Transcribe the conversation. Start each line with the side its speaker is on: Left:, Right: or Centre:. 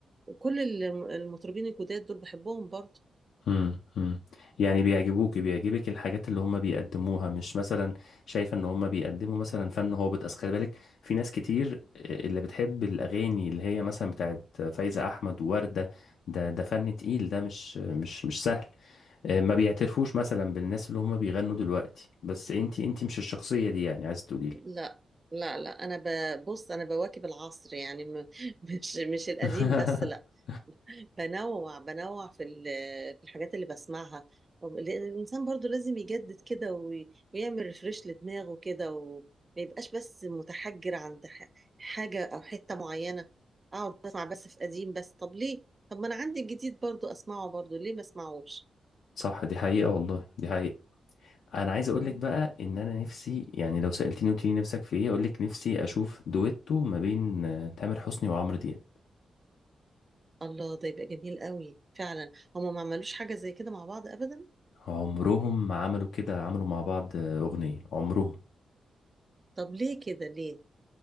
Right: وكل الم- المطربين الجداد دول بحبهم برضو
Left: امم امم يعني بيعجبوك بيعجبك الحاجات اللي هم بيقدموها مش مثلا شايفه ان هم بيقدموا مثلا فن هابط اصل خلي بالك في ناس كتير اللي بتحب الاغاني اللي هي مثلا بتاعت فايزة احمد ووردة ده ده فن تقيل ده مش مش مش سهل آه، ما بيعترفوش مثلا بالناس اللي هم بيغنوا دلوقتي بس انتي انتي مش الشخصية دي يعني عايز تقولي
Right: لا لا لا انا ببص انا بواكب العصر يعني م... <laughs> مش مش القديم
Left: <laughs>
Right: بس لا بنوع بنوع في ال... في الحاجات اللي بسمعها لان الانسان برضو لازم يجدد كده وي... ويعمل ريفريش لدماغه كده وما يبقاش بس متحجر عند ح... حاجة او حتة معينة اه بسمع بس في قديم بس طب ليه طب ما انا عندي الجديد برضو اسمعه برضو ليه ما اسمعوش
Left: صح دي حقيقة والله دي حقيقة انا عايز اقول
Right: مم.
Left: لك بقى ان انا نفسي يعني لو سالتني قلت لي نفسك في ايه اقول لك نفسي اشوف دويتو ما بين آه، تامر حسني وعمرو دياب
Right: الله ده يبقى جميل قوي فعلا هما ما عملوش حاجة زي كده مع بعض ابدا
Left: عمرهم ما عملوا كده عملوا مع بعض آه، اغنيه عمرهم
Right: طب ليه كده ليه